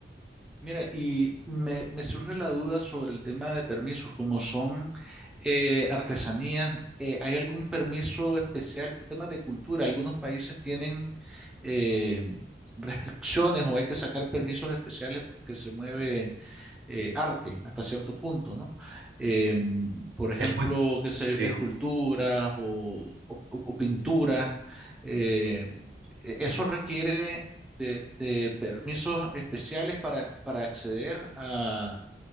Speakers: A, in the centre; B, on the right.
A: Mira, y me, me surge la duda sobre el tema de permisos, como son eh, artesanías, eh, ¿hay algún permiso especial por temas de cultura? Algunos países tienen eh, restricciones o hay que sacar permisos especiales porque se mueve eh, arte hasta cierto punto, ¿no? Eh, por ejemplo,
B: Es muy...
A: qué sé,
B: Sí.
A: esculturas o, o, o pinturas, eh, e- eso requiere de, de permisos especiales para, para acceder a,